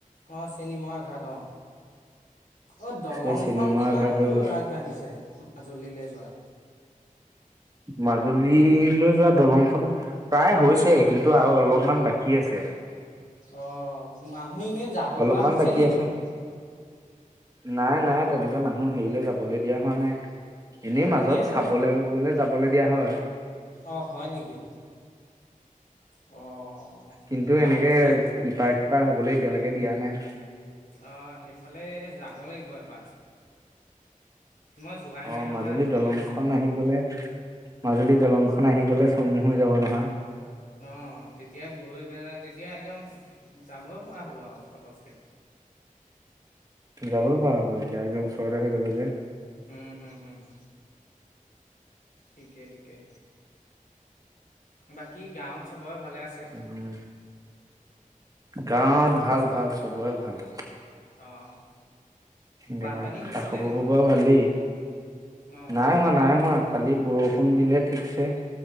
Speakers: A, on the left; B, on the right.
A: অ', চিনেমৰা ঘাট অ', অ দলংখন
B: এই চেনিমৰা
A: কিমান
B: ঘাট হৈ
A: দূৰ
B: গৈছো
A: আগবাঢ়িছে মাজুলীলে যোৱা
B: মাজুলীলৈ যোৱা দলংখন প্ৰায় হৈছে কিন্তু আৰু অলপমান বাকী আছে
A: অ অকমান অ এনেই যাব
B: অলপমান
A: পৰা হৈছে
B: বাকী
A: নি
B: আছে
A: বাৰু
B: নাই নাই তেনেকে মানুহ হেৰিলৈ যাবলৈ দিয়া হোৱা নাই এনেই
A: অ',
B: মাজত
A: এনেইতো
B: চাবলেগে কে যাব চাবলে দিয়া হয়
A: অঁ হয় নেকি অ
B: কিন্তু
A: মাজ
B: এনেকে
A: সেই
B: ইপাৰ সিপাৰ হবলে এতিয়ালৈকে দিয়া নাই
A: আহ সেইফালে যাব লাগিব এবাৰ মই যোৱাই নাই
B: অ
A: নহয়
B: মাজুলী
A: আজিলৈকে
B: দলং খন আহি গলে উ মাজুলী দলংখন আহি গলে চমু হৈ যাব নহয়
A: অহ তেতিয়া ঘূৰি পেলাই তেতিয়া একদম যাব পৰা হ'ব আও পতককে
B: যাবই পৱা হ'ব এতিয়া একদম ওচৰতে হৈ যাব যে
A: উম হম হম হ ঠিকে ঠিকে বাকী গাঁৱত চব বৰ ভালে আছে
B: উম গাঁৱত ভাল ভাল চবৰে ভাল
A: অঁ
B: গাঁৱৰ
A: বানপানী হৈছিলে
B: খা খবৰবোৰ
A: নেকি
B: বাও ভালেই
A: অঁ
B: নাই হোৱা নাই হোৱা কালি বৰষুণ দিলে ঠিকছে